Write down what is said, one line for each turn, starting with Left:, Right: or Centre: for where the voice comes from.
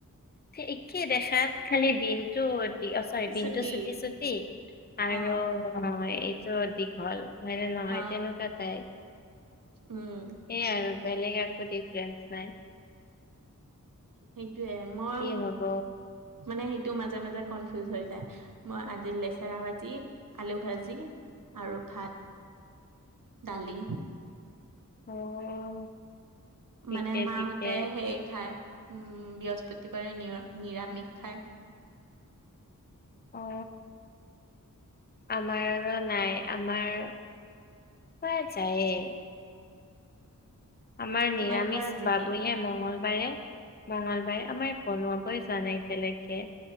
Left: একেই দেখাত খালি বিনটো অ চৰি বিনটো
Right: ছুটি
Left: চুটি চুটি - আৰু
Right: অ
Left: এইটো দীঘল। হয়নে নহয়
Right: অ
Left: তেনেকুৱা টাইপ।
Right: উম
Left: সেয়ে আৰু বেলেগ একো ডিফাৰেন্ঞ্চ নাই।
Right: সেইটোয়ে মই
Left: কি হ'ব?
Right: মানে সেইটো মাজে মাজে কনফিউজ হৈ যায়। মই আজি লেচেৰা ভাজি আলু ভাজি আৰু ভাত। দালি।
Left: অ। ঠিকে
Right: মানে মাহঁতে
Left: ঠিকে।
Right: সেই খাই। বৃহস্পতিবাৰে নি নিৰামিষ খাই।
Left: অ। আমাৰো নাই, আমাৰ খোৱা যায়ে। আমাৰ নিৰামিষ
Right: তোমালোকৰ আজি
Left: বাহঃ
Right: কি
Left: বঢ়িয়া। মঙলবাৰে মংগলবাৰে আমাৰ বনোৱাবই জানে একেলগে।